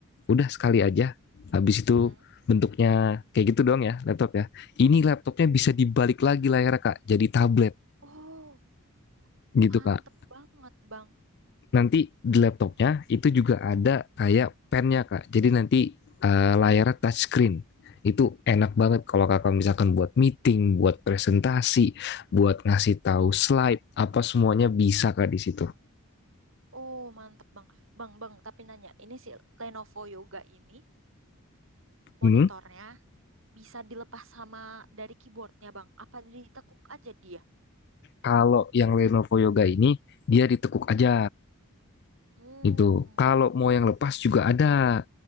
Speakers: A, on the left; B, on the right.
A: udah sekali aja, habis itu
B: Mm-mm.
A: bentuknya kayak gitu doang ya laptop ya. Ini laptopnya bisa dibalik lagi layarnya, Kak, jadi tablet
B: Oh,
A: gitu,
B: mantep
A: Kak.
B: banget, Bang.
A: nanti di laptopnya itu juga ada kayak pennya kak jadi nanti eh, layarnya touch screen itu enak banget kalau kakak misalkan buat meeting buat presentasi buat ngasih tahu slide apa semuanya bisa kak di situ
B: Oh, mantep Bang. Bang, Bang, tapi nanya, ini si Lenovo Yoga ini monitornya
A: Hmm,
B: bisa dilepas sama dari keyboardnya Bang. Apa ditekuk aja dia?
A: kalau yang Lenovo Yoga ini dia ditekuk aja
B: Hmm.
A: itu kalau mau yang lepas juga ada